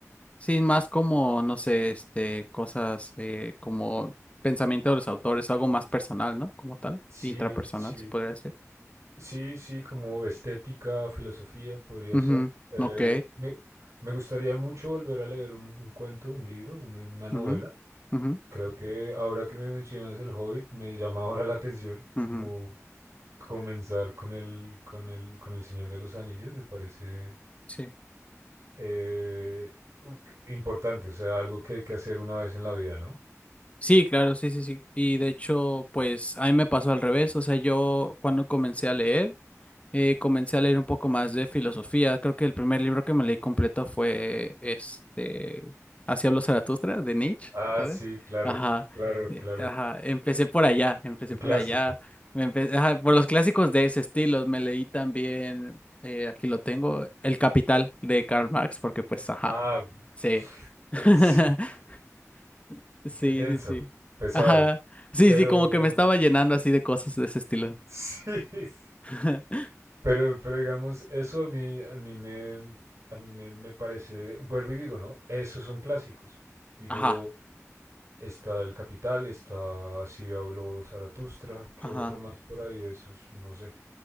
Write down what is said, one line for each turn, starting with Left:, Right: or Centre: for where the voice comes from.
Left: sí, más como, no sé, este, cosas eh, como pensamiento de los autores, algo más personal, ¿no? Como tal,
Right: Sí,
Left: intrapersonal,
Right: sí,
Left: se podría decir.
Right: Sí, sí, como estética, filosofía podría
Left: ujú,
Right: ser. Eh,
Left: ok,
Right: me, me gustaría mucho volver a leer un, un cuento, un libro, un- una novela.
Left: ujú, ujú,
Right: Creo que ahora que me mencionas El Hobbit, me llama ahora la atención
Left: ujú,
Right: como comenzar con el, con el, con el Señor de los Anillos, me parece
Left: Sí.
Right: eh, u- importante, o sea, algo que hay que hacer una vez en la vida, ¿no?
Left: Sí, claro, sí, sí, sí. Y de hecho, pues a mí me pasó al revés. O sea, yo cuando comencé a leer, eh, comencé a leer un poco más de filosofía. Creo que el primer libro que me leí completo fue este Así habló Zaratustra de Nietzsche,
Right: Ah,
Left: ¿sabes?
Right: sí, claro,
Left: Ajá,
Right: claro,
Left: eh,
Right: claro.
Left: ajá, empecé por allá, empecé
Right: Un clásico.
Left: por allá, me empe- ajá, por los clásicos de ese estilo. Me leí también, eh, aquí lo tengo, El Capital de Karl Marx, porque pues, ajá,
Right: Ah, <laughs>
Left: sí. <laughs>
Right: sí. de-
Left: Sí,
Right: denso,
Left: sí, sí.
Right: pesado,
Left: Ajá. Sí,
Right: pero
Left: sí, como que me estaba llenando así de cosas de ese estilo.
Right: <laughs> sí, sí.
Left: <laughs>
Right: pero, pero digamos, eso a mí, a mí me, a mí me, me parece, vuelvo y digo, ¿no? Esos son clásicos. Digo,
Left: Ajá,
Right: está El Capital, está Si habló Zaratustra, qué
Left: ajá.
Right: otro más por ahí de esos, no sé,